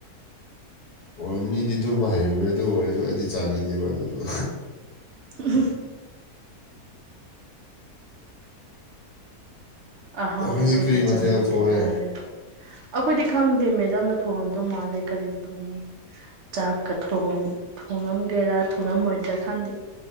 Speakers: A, on the left; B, on the right.
A: ꯑꯣ ꯃꯤꯗꯤ ꯑꯗꯨꯝ ꯍꯩꯕꯅꯦ ꯑꯗꯨ ꯑꯣꯏꯔꯁꯨ ꯑꯩꯗꯤ ꯆꯥꯅꯤꯡꯗꯦꯕ ꯑꯗꯨꯁꯨ
B: ꯎ ꯑꯍꯥꯎꯕ
A: ꯍꯧꯖꯤꯛ
B: ꯄꯣꯠꯇꯨ
A: ꯀꯔꯤ
B: ꯆꯥꯅꯤꯡꯗꯦ
A: ꯃꯊꯦꯜ ꯊꯣꯡꯔꯦ
B: ꯍꯥꯏꯔꯦ ꯑꯩꯈꯣꯏꯗꯤ ꯈꯪꯗꯦ ꯃꯦꯗꯝꯝꯅ ꯊꯣꯡꯉꯝꯗꯧ ꯃꯥꯜꯂꯦ ꯀꯔꯤꯅ ꯊꯣꯡꯉ ꯆꯥꯛꯀ ꯊꯣꯡꯉꯝ ꯊꯣꯡꯉꯝꯒꯦꯔꯥ ꯊꯣꯡꯉꯝꯃꯣꯏꯗ꯭ꯔꯥ ꯈꯥꯟꯗꯤ